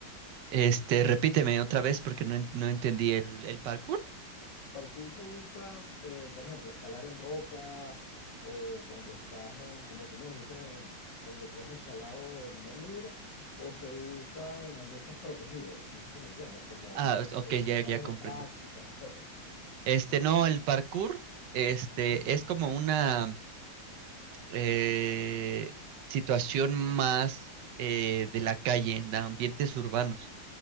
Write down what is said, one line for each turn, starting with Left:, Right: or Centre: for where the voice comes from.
Right: Este, repíteme otra vez porque no, en- no entendí el, el parkour.
Left: El parkour se usa, eh, por ejemplo, escalar en roca o cuando estás en, como tú me dijiste, en donde tú has escalado de manera libre, o se usa en ambientes protegidos, no sé si me entiendes, como,
Right: Ah, ok,
Left: como en
Right: ya,
Left: lugares
Right: ya comprendo.
Left: de prácticas, etcétera.
Right: Este, no, el parkour, este,
Left: Ujú.
Right: es como una eh, situación más eh, de la calle, en ambientes urbanos.